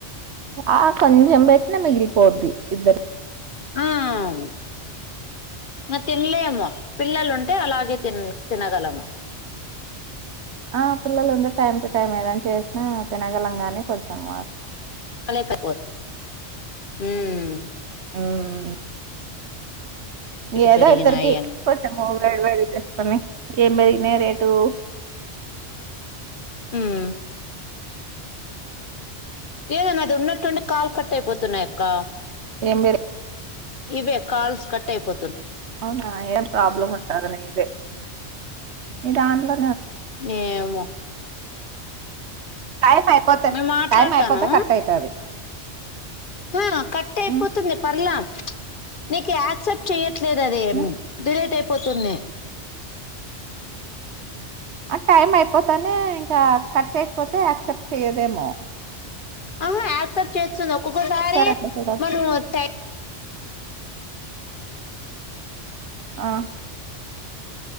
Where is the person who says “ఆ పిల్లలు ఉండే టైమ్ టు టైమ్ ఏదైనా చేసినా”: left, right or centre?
Right